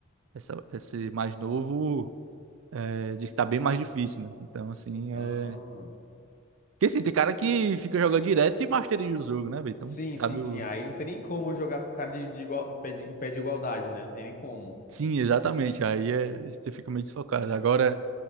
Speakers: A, on the right; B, on the left.
A: Essa, esse mais novo é, diz que tá bem mais difícil, né? Então, assim, é...
B: Ah.
A: Porque, assim, tem cara que fica jogando direto e masteriza o jogo, né, velho? Então,
B: Sim,
A: sabe
B: sim, sim.
A: o...
B: Aí não tem nem como jogar com cara de, de igual, em pé de, em pé de igualdade, né? Não tem nem como.
A: Sim, exatamente. Aí é... você fica meio desfocado. Agora,